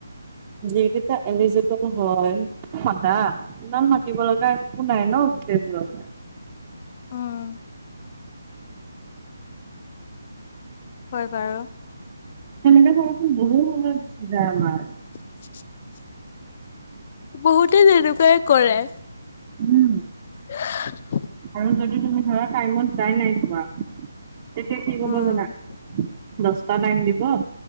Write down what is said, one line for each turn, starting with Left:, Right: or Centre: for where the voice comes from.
Right: যি কিইটা এলিজিবল হয় মাতা ইমান মাতিব লগা একো নাই ন গোটেইবোৰক
Left: উম হয় বাৰু
Right: সেনেকে ধৰাচোন বহুত সময় গুচি যাই আমাৰ
Left: <unintelligible> বহুতে তেনেকুৱাই কৰে।
Right: উম
Left: <unintelligible>
Right: আৰু যদি তুমি ধৰা টাইমত যায় নাই পোৱা তেতিয়া কি
Left: উম।
Right: ক'ব জানা এটা টাইম দিব